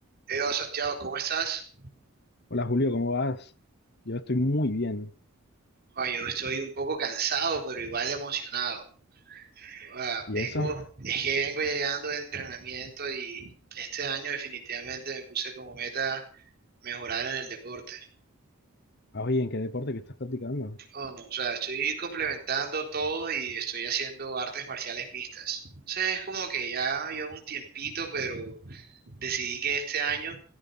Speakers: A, on the right; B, on the left.
A: Eva Santiago, ¿cómo estás?
B: Hola Julio, ¿cómo vas? Yo estoy muy bien.
A: Ah, yo estoy un poco cansado, pero igual emocionado. Ah,
B: ¿Y
A: vengo,
B: eso?
A: es que vengo llegando de entrenamiento y este año definitivamente me puse como meta mejorar en el deporte.
B: Ah, Oye, ¿en qué deporte que estás practicando?
A: Oh, no, o sea, estoy complementando todo y estoy haciendo artes marciales mixtas. O sea, es como que ya llevo un tiempito, pero decidí que este año